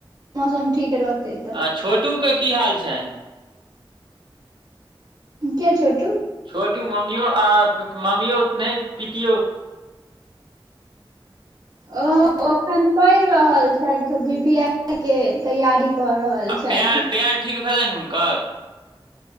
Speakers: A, on the right; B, on the right.
A: मौसम ठीक रहतै तऽ
B: आ छोटू के की हाल छनि
A: कै छोटू
B: छोटू मम्मियो आ मम्मीो नहि पितियो
A: ओ अखन पड़ि रहल छथि बी पी एस सी के तैयारी कर रहल
B: आ
A: छथि
B: पैएर पैर ठीक भेलैन हुनकर।